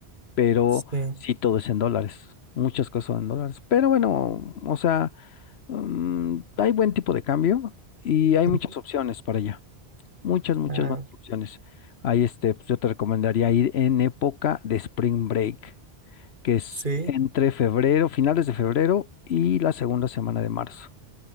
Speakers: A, on the left; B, on the right.
A: Pero
B: Sí.
A: sí, todo es en dólares. Muchas cosas son en dólares. Pero bueno, o sea, mm, hay buen tipo de cambio y hay
B: Ujú.
A: muchas opciones para allá. Muchas, muchas
B: Ah,
A: buenas opciones. Ahí este, pues yo te recomendaría ir en época de Spring Break, que es
B: sí,
A: entre febrero, finales de febrero y la segunda semana de marzo.